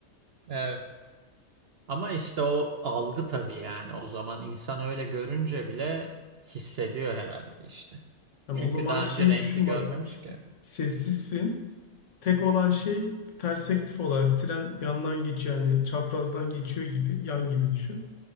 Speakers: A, on the right; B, on the left.
A: Evet. Ama işte o algı tabii yani. O zaman insan öyle görünce bile hissediyor herhalde işte.
B: Yani
A: Çünkü
B: o zamanki
A: daha önce
B: şeyi
A: renkli
B: düşün
A: görmemiş
B: bak.
A: ki.
B: Sessiz film. Tek olan şey perspektif olarak tren yandan geçiyor yani çaprazdan geçiyor gibi, yan gibi düşün.